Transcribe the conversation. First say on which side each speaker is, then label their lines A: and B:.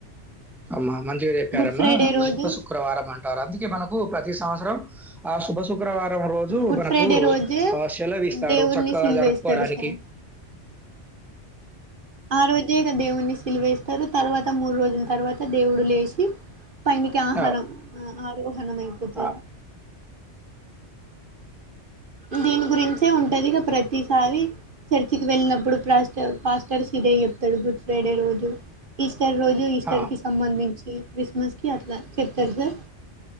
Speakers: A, in the centre; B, on the right.
A: అమ్మ మంచిగా చెప్పారమ్మా
B: గుడ్ ఫ్రైడే రోజు
A: శుభ శుక్రవారం అంటారు అందుకే మనకు ప్రతి సంవత్సరం ఆ శుభ శుక్రవారం రోజు
B: గుడ్
A: మనకు
B: ఫ్రైడే రోజు
A: ఆ షెల్వ ఇస్తారు
B: దేవుణ్ణి
A: చక్కగా
B: సిలువేస్తారు
A: జరుపుకోవడానికి
B: సార్
A: <inaudible>
B: ఆ రోజే ఇగ దేవుడిని శిల్వ వేస్తారు తర్వాత మూడు రోజుల తర్వాత దేవుడు లేసి పైనికి ఆహారం
A: ఆ!
B: ఆరోహనామాయిపోతాది
A: ఆ!
B: దిని గురించే ఉంటదిగా ప్రతిసారి చర్చికి వెళ్ళినప్పుడు పర్ పాస్టర్స్షిప్ దె చెప్తాడు గుడ్ ఫ్రైడే రోజు ఈస్ స్టర్ రోజు ఈస్టర్
A: ఆ!
B: కి సంబందించి క్రిస్మస్ కి అట్లా చెప్తాడు సార్